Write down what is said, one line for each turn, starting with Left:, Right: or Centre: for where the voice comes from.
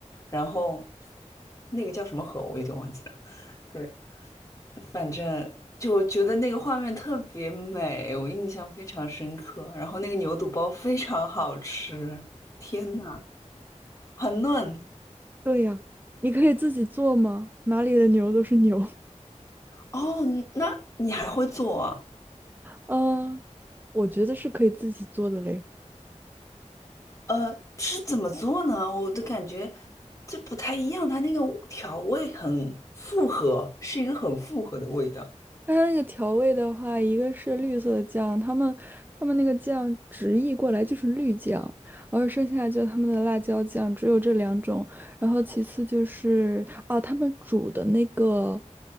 Left: 然后那个叫什么河我有点忘记了。对。反正就我觉得那个画面特别美，我印象非常深刻。然后那个牛肚包非常好吃，天呐，很嫩。
Right: 对呀、你可以自己做吗？哪里的牛都是牛，<laughs>
Left: 哦，那你还会做啊
Right: 嗯，我觉得是可以自己做的嘞。
Left: 呃，是怎么做呢？我的感觉这不太一样，它那个调味很复合，是一个很复合的味道。
Right: 它那个调味的话，一个是绿色的酱，他们他们那个酱直译过来就是绿酱，然后剩下就是他们的辣椒酱，只有这两种。然后其次就是啊，他们煮的那个